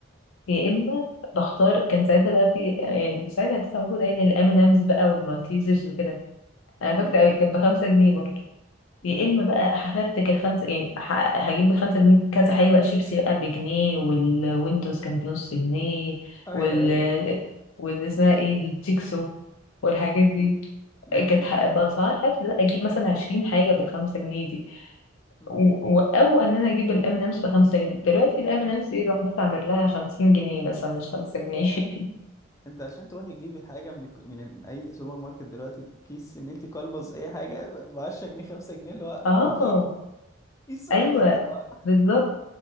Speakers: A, on the left; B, on the left.
A: يا اما بختار كان ساعتها بقى في يعني ساعتها كانت موجوده يعني الام ان امز بقى والمالتيزرز وكده انا
B: مم.
A: فاكره قوي كانت بخمسة جنيه برضه يا
B: مم.
A: اما بقى هفرتك الخمسه يعني ه- هجيب بالخمسة جنيه كذا حاجه بقى شيبسي بقى بجنيه والويندوز كان بنص جنيه
B: ايوه
A: وال
B: ايوه
A: واللي اسمها ايه دي التيكسو والحاجات
B: مم.
A: دي
B: مم.
A: كانت ح- بأسعار هبل بقى أجيب مثلا عشرين حاجة بالخمسة جنيه
B: مم.
A: و- او ان انا اجيب الام امس ب 5 جنيه دلوقتي الام امس دي لوحدها تعمل لها 50 جنيه مثلا مش 5 جنيه <laughs>
B: انت عشان تروحي تجيبي حاجه من الك- من اي سوبر ماركت دلوقتي كيس ان انت كلبز اي حاجه ب 10 جنيه 5 جنيه اللي هو
A: اه
B: مفيش كيس واحد
A: ايوه
B: اللي هو
A: بالظبط